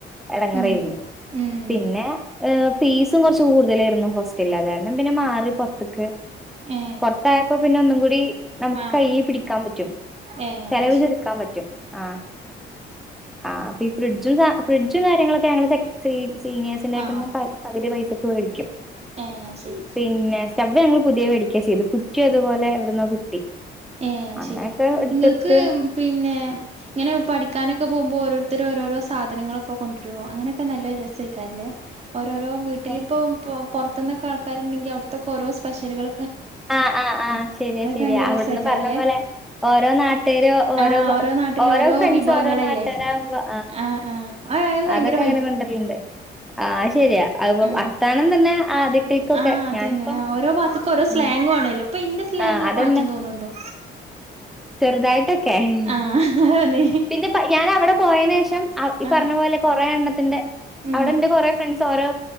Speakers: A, in the centre; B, on the right.
A: എടങ്ങറായിരുന്നു
B: ഉം ഉം
A: പിന്നെ അ ഫീസും കുറച്ച് കൂടുതലായിരുന്നു ഹോസ്റ്റലിൽ അത് കാരണം പിന്നെ മാറി പുറത്ത്ക്ക്
B: ഏ
A: പുറത്തായപ്പോ പിന്നെ ഒന്നും കൂടി നമുക്ക്
B: ആ
A: കൈ പിടിക്കാൻ പറ്റും
B: ഏ
A: ചെലവ്
B: അത് ശരി
A: ചുരുക്കാൻ പറ്റും ആ ആഹ പി ഫ്രിജ ഫ്രിഡ്ജ്ജും സ ഫ്രിഡ്ജും കാര്യങ്ങളൊക്കെ ഞങ്ങള് സീനി സീനിയേഴ്സിന്റെ <unintelligible>
B: ആ
A: പകുതി പൈസക്ക് മേടിച്ചു
B: ഏ ശരി
A: പിന്നെ സ്റ്റവ്വ് ഞങ്ങൾ പുതിയ വേടി ക്കെ ചെയ്തു കുറ്റി അതുപോലെ എവിട്ന്നോ കിട്ടി
B: ഏ അയ്
A: അങ്ങനെയൊക്കെ
B: ശെരി
A: എടുത്തെടുത്ത്
B: നിങ്ങക്ക് പിന്നെ ഇങ്ങനെ പഠിക്കാനൊക്കെ പോകുമ്പോൾ ഓരോരുത്ത ത്തരോഓരോരോ സാധനങ്ങളൊക്കെ കൊണ്ട്‌രും അങ്ങനെയൊക്കെ നല്ല രസയിക്കാരംല്ലേ ഓരോരോ വീട്ടിലി
A: ഏ
B: ഇപ്പം പുറത്ത് നിന്നൊക്കെ ആൾക്കാരുണ്ടെങ്കിൽ അവിടുത്തൊക്കെ ഓരോ സ്പെഷ്യലുകൾ
A: ആ ആഹ് ആഹ് ശരിയാ ശരിയാ
B: ഭയങ്കര
A: അവിടുന്ന്
B: രസേക്കാരല്ലേ?
A: പറഞ്ഞ പോലെ ഓരോ നാട്ടുകാരു ഓരോ
B: ആഹ് നാട്ടിലും
A: ഓരോ ഫ്രണ്ട്സ്
B: വിഭവങ്ങളല്ലേ?
A: ഓരോ നാട്ട്കാര് ആവുമ്പോ
B: ആഹ് ആഹ് അത് അത് ഭയങ്കര
A: അതൊക്കെ അങ്ങനെ കൊണ്ടരൽണ്ട് ആഹ ശരിയാ അത്പ്പോ
B: ഉ
A: വർത്താനം തന്നെ ആദ്യത്തേക്കൊക്കെ
B: ആ അതന്നെ
A: ഞാനിപ്പം
B: ആ ഓരോ ഭാഗത്തക്ക ഓരോ സ്ലാഗ്
A: ആഹ്
B: ആണേല്ലോ ഇപ്പൊ ഇന്റെ സ്ലാങ്
A: ആഹ്
B: ഇങ്ങക്ക്
A: അതന്നെ
B: മാറ്റാൻ തോന്നുന്നുണ്ടോ
A: ചെറുതായിട്ടൊക്കെ
B: ആഹ അതാ പറഞ്ഞ
A: പിന്നെ ഞാൻ അവിടെ പോയതിന ശേഷം ഈ
B: ആഹ്
A: പറഞ്ഞ പോലെ കൊറെ എണ്ണത്തിന്റെ
B: ഉം
A: അവിടെറെ കൊറെ ഫ്രണ്ട്സ് ഓരോ